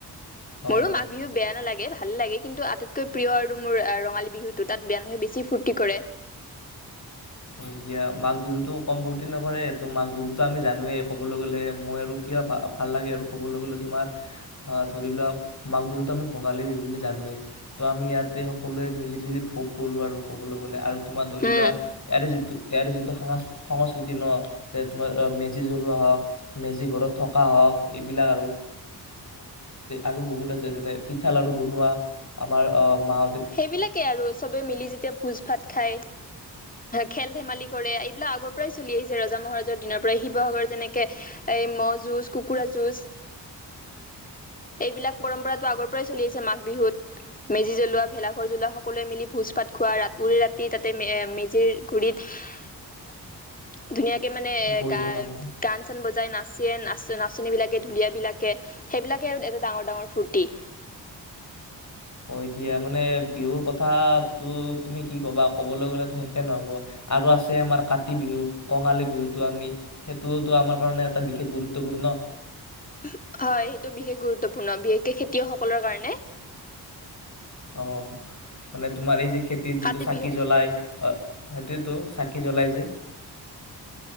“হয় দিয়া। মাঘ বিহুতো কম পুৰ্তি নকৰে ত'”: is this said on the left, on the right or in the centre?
Left